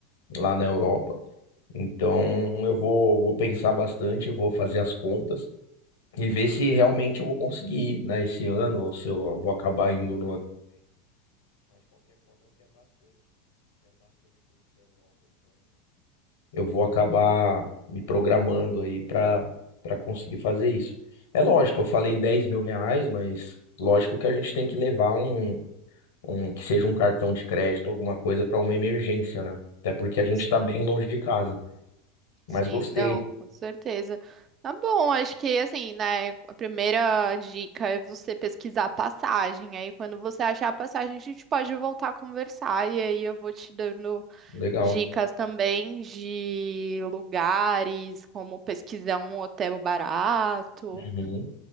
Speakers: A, on the left (about 75°); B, on the right (about 40°).
A: lá na Europa. Então, eu vou, vou pensar bastante, vou fazer as contas e ver se realmente eu vou conseguir ir, né, esse ano ou se eu vou acabar indo eu vou acabar me programando aí para para conseguir fazer isso. É lógico, eu falei dez mil reais, mas lógico que a gente tem que levar um, um que seja um cartão de crédito, alguma coisa para uma emergência, né? Até porque a gente
B: Sim.
A: está bem longe de casa. Mas
B: Sim,
A: gostei,
B: não, com certeza. Tá bom, acho que assim, né, a primeira dica é você pesquisar a passagem. Aí quando você achar a passagem, a gente pode voltar a conversar e aí eu vou te dando
A: legal.
B: dicas também de lugares, como pesquisar um hotel barato.
A: Uhum.